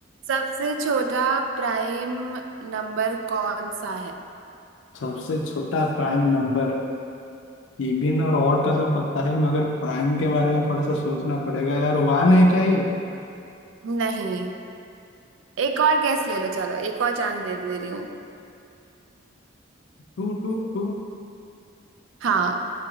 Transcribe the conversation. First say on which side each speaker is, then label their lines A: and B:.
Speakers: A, on the right (about 75°); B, on the left (about 70°).
A: सबसे छोटा प्राइम नंबर कौन सा है
B: सबसे छोटा प्राइम नंबर इवन और ऑड का तो पता है मगर प्राइम के बारे में थोड़ा सा सोचना पड़ेगा यार वन है क्या ये
A: नहीं एक और गैस ले लो चलो एक और चांस दे दे रही हूँ
B: टू टू टू
A: हाँ